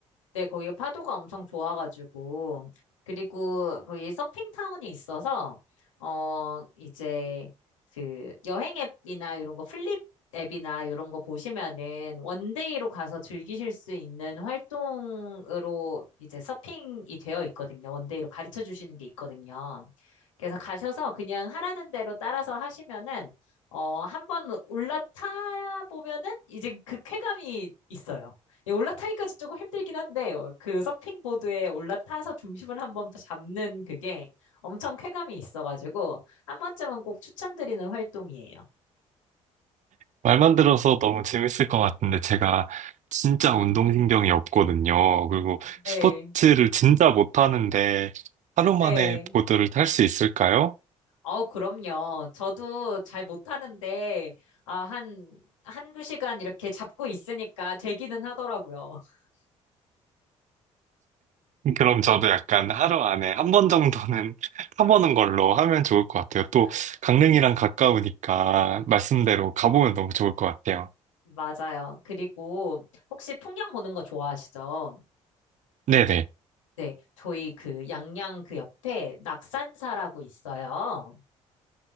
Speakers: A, on the left; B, on the right.
A: 네, 거기 파도가 엄청 좋아가지고. 그리고 거기 서핑타운이 있어서, 어, 이제 그 여행 앱이나 이런 거 플립 앱이나 이런 거 보시면은 원데이로 가서 즐기실 수 있는 활동으로 이제 서핑이 되어 있거든요. 원데이로 가르쳐 주시는 게 있거든요. 그래서 가셔서 그냥 하라는 대로 따라서 하시면은, 어, 한번 올라타 보면은 이제 그 쾌감이 있어요. 예, 올라타기까지 조금 힘들긴 한데 어, 그 서핑 보드에 올라타서 중심을 한번 잡는 그게 엄청 쾌감이 있어가지고 한 번쯤은 꼭 추천드리는 활동이에요.
B: 말만 들어서 너무 재밌을 것 같은데 제가 진짜 운동신경이 없거든요. 그리고
A: 네,
B: 스포츠를 진짜 못하는데 하루
A: 네.
B: 만에 보드를 탈 수 있을까요?
A: 어, 그럼요. 저도 잘 못하는데 아, 한 한두 시간 이렇게 잡고 있으니까 되기는 하더라고요. <laughs>
B: 그럼 저도 약간 하루 안에 한 번 정도는 <laughs> 타보는 걸로 하면 좋을 것 같아요.
A: 네, 네.
B: 또 강릉이랑 가까우니까 말씀대로 가보면 너무 좋을 것 같아요.
A: 맞아요. 그리고 혹시 풍경 보는 거 좋아하시죠?
B: 네네.
A: 네, 저희 그 양양 그 옆에 낙산사라고 있어요.